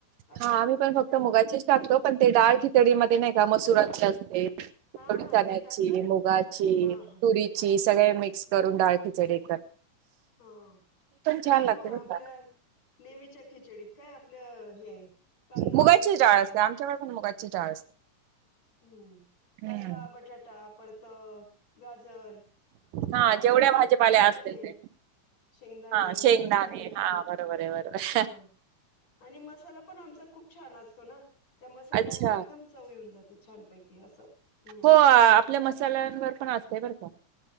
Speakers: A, on the left; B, on the right.
A: असं.
B: हा मम्ही पण फक्त
A: हं.
B: मुगाचीच टाकतो पण ते डार्क हथडीमध्ये नाही का मसुराचे असते.
A: हा
B: थोडी
A: हा
B: चण्याची
A: ते टाकतात
B: मुगाची
A: हा हा
B: तुरीची
A: ते टाकतात
B: सगळे
A: बरोबर
B: मिक्स
A: हम्म
B: करून डाळ खिचडे.
A: हा नाही
B: छान लागते
A: मग आपल्या
B: बर का
A: नेहमीच्या खिचडीत. काय आपलं हे. कांदा
B: मुगाची
A: बटाटा
B: डाळ असते आमच्याकड पून मुगाची डळ असते.
A: हम्म कांदा
B: हम्म
A: बटाटा परत. गाजर म्हणजे
B: हा
A: असेल
B: जेवढ्या
A: घरात
B: भाजीपाल्या
A: तर वाटाणे.
B: असतील ते
A: शेंगदाणे
B: हा शेंगदाणे
A: असं सगळं टाकून
B: हा बरोबर आहे बरोबर
A: हा. आणि मसाला पण आमचा खूप. खूप छान असतो ना त्या मसाल्यामुळे
B: अच्छा
A: एकदम चवी येऊन जाते छानपैकी असं हम्म
B: हो आपल्या मसाल्यांवर पण असतय बरं का.